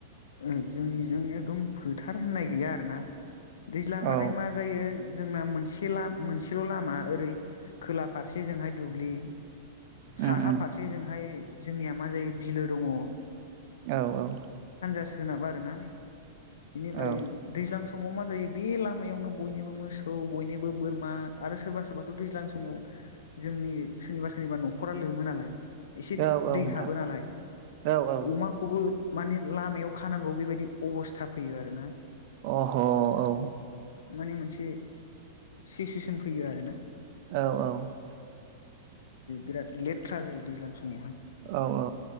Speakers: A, on the left; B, on the right.
A: उम जोंनिजों एकदम फोथार होननाय गैया आरो ना । दैज्लांबाथाय
B: औ
A: मा जायो जोंना मोनसे लाम मोनसेल' लामा ओरै खोला फारसेजोंहाय दुब्लि
B: उम
A: साहा
B: उम
A: फारसेजोंहाय जोंनिया मा जायो बिलो दङ ।
B: औ औ
A: सोनाब आरोना। इनिफ्राय
B: औ
A: दैज्लां सम समाव मा जायो बे लामायावनो बयनिबो मोसौ बयनोबो बोरमा आरो सोरबा सोरबाथ' दैज्लां समाव जोंनि सोरनिबा सोरनिबा न'खरा लोमो नालाय एसे
B: औ औ
A: दै
B: नोंथां
A: हाबो नालाय
B: औ औ
A: अमाखौबो माने लामायाव खानांगौ बेबायदि अबस्था फैयो आरो ना।
B: अह औ।
A: माने मोनसे सिसुवेसन फैयो आर ना।
B: औ औ
A: बिराद लेथ्रा जायो दैज्लां समावहाय।
B: औ औ